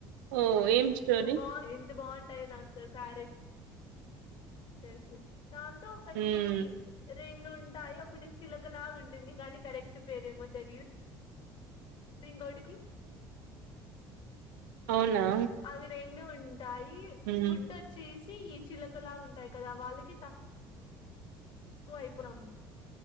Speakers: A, on the right; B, on the left.
A: ఓ ఏం స్టోరీ
B: బాగు ఎంత బాగుంటాయి దాంతో క్యారెక్టర్స్ దాంతో ఒకటి
A: ఉమ్
B: రెండుం ంటాయి ఒకటి చిలకలాగా ఉంటుంది గానీ కరెక్ట్ పేరేమో తెలిదు ఇంగోటికి
A: అవునా
B: అవి రెండు ఉంటాయి
A: ఉమ్
B: ఫుడ్ వచ్చేస్ ఈ చిలకలా ఉంటాయి కదా వాళ్ళకి తక్ ఎక్కువయితాం